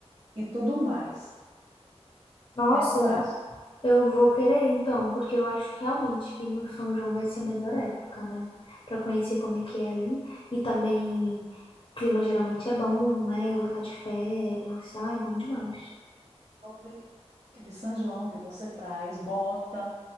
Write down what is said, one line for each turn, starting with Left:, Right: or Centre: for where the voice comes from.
Right: e tudo mais.
Left: Nossa,
Right: O que é que tu acha?
Left: eu vou querer então, porque eu acho realmente que no São João vai ser a melhor época, né? Pra conhecer como é que é aí. E também, clima geralmente é bom, né? Eu vou estar de férias, ai, é bom demais.
Right: Oi, Que de São João que você traz, bota,